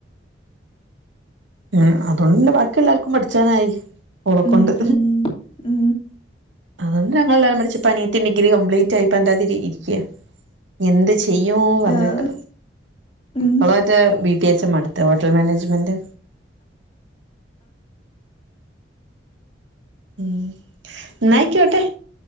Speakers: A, on the right; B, on the left.
A: ഉഉം അതുകൊണ്ട്ന്നെ ബാക്കി എല്ലാവർക്കും പഠിച്ചാനായി ഓളക്കൊണ്ട്
B: ഉം ഉം ഉം
A: അതൊണ്ട് ഞങ്ങൾ എല്ലാരും പഠിച്ച ഇപ്പൊനിയത്തി ഡിഗ്രി കപ്ലീറ്റ് ആയിപ്പ എന്താ ഇരിക്ക എന്ത് ചെയ്യന്ന് പറഞ്ഞിട്ട്
B: ആഹ് ഉം
A: ഓൾ മറ്റേ ബി ടീ എച്ച് എം എടുത്തേ ഹോട്ടൽ മാനേജ്മെന്റ് ഉം ന്നാ ആയിക്കോട്ടെ